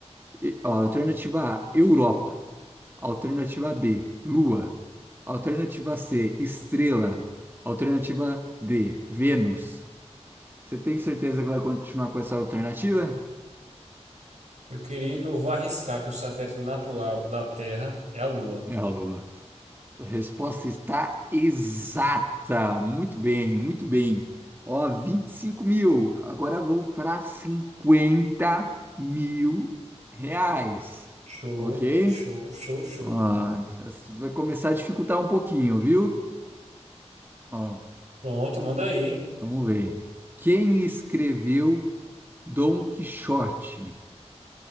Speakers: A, on the right; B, on the right.
A: e- ó, alternativa A, Europa. Alternativa B, Lua. Alternativa C, Estrela. Alternativa D, Vênus. Você tem certeza que vai continuar com essa alternativa?
B: Meu querido, eu vou arriscar que o satélite natural da Terra é a Lua.
A: É a Lua. A resposta está exata. Muito bem, muito bem. Ó, vinte e cinco mil. Agora vamos para cinquenta mil reais.
B: Show,
A: Ok?
B: show, show, show.
A: Ó, isso vai começar a dificultar um pouquinho, viu? Ó,
B: Pronto, manda aí.
A: vamos ver. Quem escreveu Dom Quixote.